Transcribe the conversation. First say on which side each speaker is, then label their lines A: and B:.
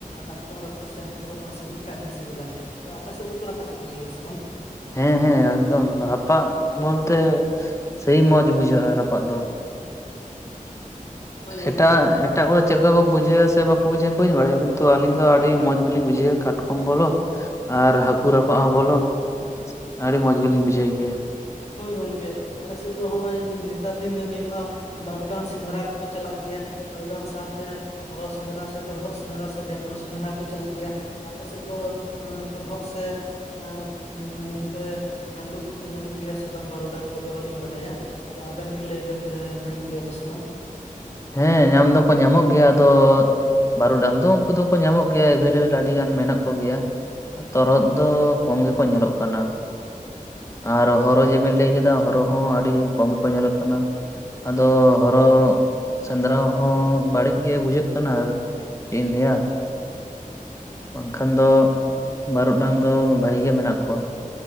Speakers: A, on the left (about 50°); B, on the left (about 20°).
A: ᱠᱟᱴᱠᱚᱢ ᱨᱟᱯᱟᱜ ᱥᱮ ᱦᱟᱹᱠᱩ ᱨᱟᱯᱟᱜ ᱥᱤᱵᱤᱞ ᱠᱷᱟᱱᱡ ᱟᱹᱰᱤ ᱥᱤᱵᱤᱞᱟ᱾ ᱛᱚ ᱟᱯᱮ ᱥᱮᱫ ᱫᱚᱠᱚ ᱨ ᱨᱟᱯᱟᱜ ᱠᱚᱜᱮᱭᱟ ᱥᱮ ᱵᱟᱝ?
B: ᱦᱮᱸ ᱦᱮᱸ ᱮᱠᱫᱚᱢ ᱨᱟᱯᱟᱜ ᱵᱚᱞᱛᱮ ᱥᱮᱭ ᱢᱚᱸᱡᱽ ᱵᱩᱡᱷᱟᱹᱜᱼᱟ ᱨᱟᱯᱟᱜ ᱫᱚ᱾
A: ᱦᱳᱭ ᱜᱚᱝᱠᱮ
B: ᱮᱴᱟᱜ ᱮᱴᱟᱜ ᱠᱚᱫᱚ ᱪᱮᱫ ᱞᱮᱠᱟ ᱠᱚ ᱵᱩᱡᱷᱟᱹᱭᱟ ᱥᱮ ᱵᱟᱠᱚ ᱵᱩᱡᱷᱟᱹ ᱵᱟᱹᱧ ᱵᱟᱲᱟᱭᱟ ᱠᱤᱱᱛᱩ ᱟᱹᱞᱤᱧ ᱫᱚ ᱟᱹᱰᱤ ᱢᱡᱽ ᱜᱮᱞᱤᱧ ᱵᱩᱡᱷᱟᱹᱣᱟ ᱠᱟᱴᱠᱚᱢ ᱵᱚᱞᱚ ᱟᱨ ᱦᱟᱹᱠᱩ ᱨᱟᱠᱟᱵ ᱦᱚᱸ ᱵᱚᱞᱚ᱾ ᱟᱹᱰᱤ ᱢᱚᱸᱡᱽ ᱜᱮᱞᱤᱧ ᱵᱩᱡᱷᱟᱹᱣ ᱜᱮᱭᱟ᱾
A: ᱦᱳᱭ ᱜᱚᱢᱠᱮ ᱟᱞᱮ ᱥᱮᱫ ᱫᱚ ᱱᱚᱜᱼᱚᱭ ᱱᱮᱛᱟᱨ ᱫᱤᱱ ᱫᱚ ᱧᱮᱞᱚᱜᱼᱟ ᱵᱟᱹᱨᱩᱰᱟᱝ ᱥᱮᱸᱫᱽᱨᱟ ᱠᱚᱠᱚ ᱪᱟᱞᱟᱜ ᱜᱮᱭᱟ ᱵᱟᱹᱨᱩᱰᱟᱝ ᱥᱟᱶᱛᱮ ᱦᱚᱨᱚ ᱥᱮᱸᱫᱽᱨᱟ ᱥᱮ ᱛᱚᱨᱚᱦᱚᱫ ᱥᱮᱸᱫᱽᱨᱟ ᱥᱮ ᱡᱟᱢᱸᱲᱩ ᱥᱮᱸᱫᱽᱨᱟ ᱠᱚ ᱪᱟᱞᱟᱜ ᱜᱮᱭᱟ᱾ ᱟᱯᱮᱥᱮᱫ ᱫᱚ ᱛᱚᱨᱚᱦᱚᱫ ᱥᱮ ᱮ ᱱᱚᱛᱮ ᱡᱟᱢᱸᱲᱩ ᱠᱚᱠᱚ ᱧᱟᱢᱚᱜ ᱜᱮᱭᱟ, ᱥᱮ ᱥᱮ ᱵᱟᱝ ᱵᱟᱨᱩᱰᱟᱝ ᱠᱚᱫᱚ ᱵᱟᱞᱤᱧ ᱵᱟᱰᱟᱭᱟ ᱟᱫᱚ ᱟᱵᱮᱱ ᱜᱮ ᱞᱟᱹᱭᱟᱵᱱ ᱡᱮ ᱧᱟᱢᱚᱜ ᱜᱮᱭᱟ ᱠᱚ ᱥᱮ ᱵᱟᱝ
B: ᱦᱮᱸ ᱧᱟᱢ ᱫᱚᱠᱚ ᱧᱟᱢᱚᱜ ᱜᱮᱭᱟ ᱟᱫᱚ ᱵᱟᱹᱨᱩ ᱰᱟᱝ ᱫᱚ ᱩᱝᱠᱩ ᱫᱚᱠᱚ ᱧᱟᱢᱚᱜ ᱜᱮᱭᱟ, ᱮᱵᱮᱞᱮᱵᱮᱞ ᱟᱹᱰᱤ ᱜᱟᱱ ᱢᱮᱱᱟᱜ ᱠᱚᱜᱮᱭᱟ᱾ ᱛᱚᱨᱦᱚᱫ ᱫᱚ ᱠᱚᱢ ᱜᱮᱠᱚ ᱧᱮᱞᱚᱜ ᱠᱟᱱᱟ᱾ ᱟᱨ ᱦᱚᱨᱚ ᱡᱮᱵᱤᱱ ᱞᱟᱹᱭ ᱠᱮᱫᱟ ᱦᱚᱨᱚ ᱦᱚᱸ ᱟᱹᱰᱤ ᱠᱚᱢ ᱜᱮᱠᱚ ᱧᱮᱞᱚᱜ ᱠᱟᱱᱟ᱾ ᱟᱫᱚ ᱦᱚᱨᱚ ᱥᱮᱸᱫᱽᱨᱟ ᱦᱚᱸ ᱵᱟᱹᱲᱤᱡ ᱜᱮ ᱵᱩᱡᱷᱟᱹᱜ ᱠᱟᱱᱟ ᱪᱮᱫ ᱤᱧ ᱞᱟᱹᱭᱟ ᱵᱟᱝᱠᱷᱟᱱ ᱫᱚ ᱵᱟᱹᱨᱩᱜ ᱰᱟᱝ ᱫᱚ ᱵᱷᱟᱜᱤ ᱜᱮ ᱢᱮᱱᱟᱜ ᱠᱚᱣᱟ᱾